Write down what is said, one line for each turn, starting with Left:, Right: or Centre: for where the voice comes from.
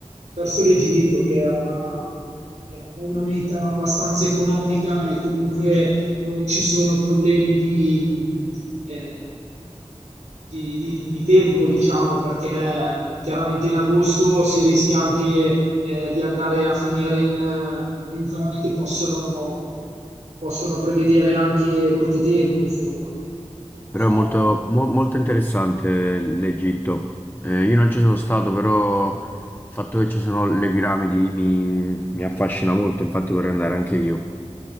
Right: verso l'Egitto, che è una, è una meta abbastanza economica e comunque non ci sono problemi di, mh, eh, di di- di tempo, diciamo, perché chiaramente in agosto si rischia anche eh, di andare a finire in, eh, in zone che possono, possono prevedere anche brutto tempo, insomma.
Left: Però
Right: So,
Left: è molto, mo- molto interessante l'Egitto. Eh, io non ci sono stato, però il fatto che ci sono le piramidi mi, mi affascina molto, infatti vorrei andare anche io.